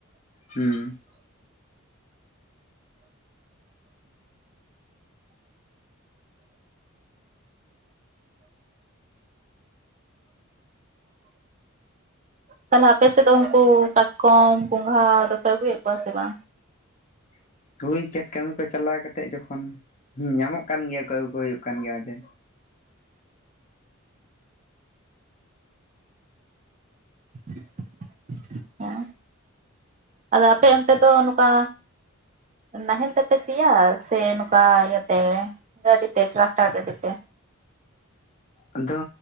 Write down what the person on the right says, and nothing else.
ᱛᱟᱞᱦᱮ ᱟᱯᱮ ᱥᱮᱫ ᱫᱚ ᱩᱝᱠᱩ ᱠᱟᱴᱠᱚᱢ, ᱜᱚᱸᱜᱷᱟ ᱫᱚᱯᱮ ᱟᱹᱜᱩᱭᱮᱜ ᱠᱚᱣᱟ ᱥᱮ ᱵᱟᱝ?
<inaudible> ᱟᱫᱚ ᱟᱯᱮ ᱚᱱᱛᱮ ᱫᱚ ᱱᱚᱝᱠᱟ ᱱᱟᱦᱮᱞ ᱛᱮᱯᱮ ᱥᱤᱭᱟ ᱥᱮ ᱱᱚᱝᱠᱟ ᱤᱭᱟᱹᱛᱮ, ᱜᱟᱹᱰᱤ ᱛᱮ ᱴᱨᱠᱴᱟᱨ ᱜᱟᱹᱰᱤ ᱛᱮ?